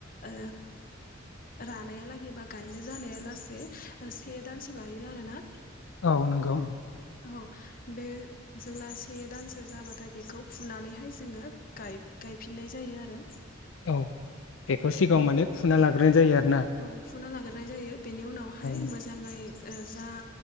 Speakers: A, on the left; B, on the left.
A: ओ रानायालागै बा गायनो जानाया ला से दानसो लायो आरोना
B: औ नंगौ
A: औ बे जेब्ला से दानसो जाबाथाय बेखौ फुनानैहाय जोङो गाय-गायफिननाय जायो आरो
B: औ बेखौ सिगाङाव
A: औ
B: माने फुना ला र जायो <unintelligible>
A: औ फुना लागोरनाय जायो बेनि उनावहाय
B: ओं,
A: मोजाङै ओ जा